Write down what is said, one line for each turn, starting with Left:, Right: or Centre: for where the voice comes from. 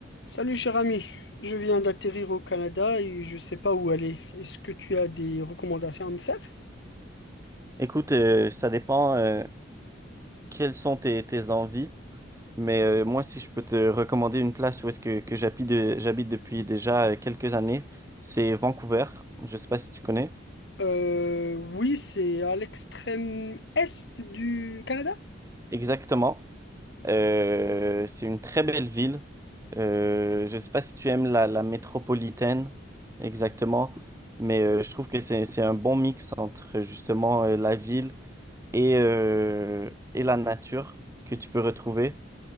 Left: Salut cher ami, je viens d'atterrir au Canada et je sais pas où aller. Est-ce que tu as des recommandations à me faire?
Right: Écoute, euh, ça dépend euh, quelles sont tes, tes envies, mais euh, moi, si je peux te recommander une place où est-ce que, que j'habite, de- j'habite depuis déjà euh, quelques années, c'est Vancouver. Je sais pas si tu connais.
Left: Euh, oui, c'est à l'extrême est du Canada.
Right: Exactement. Euh, c'est une très belle ville. Euh, je sais pas si tu aimes la, la métropolitaine, exactement, mais euh, je trouve que c'est, c'est un bon mix entre justement euh, la ville et, euh, et la nature que tu peux retrouver.